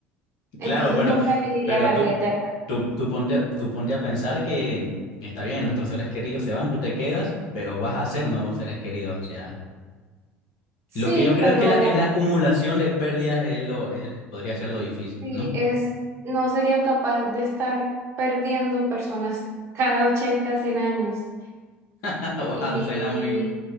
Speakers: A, on the right; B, on the left.
A: Entonces
B: Claro, pero,
A: nunca elegiría
B: pero
A: la
B: tú,
A: vida eterna.
B: tú, tú ponte, tú ponte a pensar que está bien, nuestros seres queridos se van, tú te quedas, pero vas a ser nuevos seres queridos. O sea, lo
A: Sí,
B: que yo creo
A: pero
B: es que la, es la acumulación de pérdidas es lo, es- podría ser lo difícil,
A: sí,
B: ¿no?
A: es, no sería capaz de estar perdiendo personas <laughs> cada 80, 100 años.
B: <laughs> Wow,
A: Y
B: suena muy,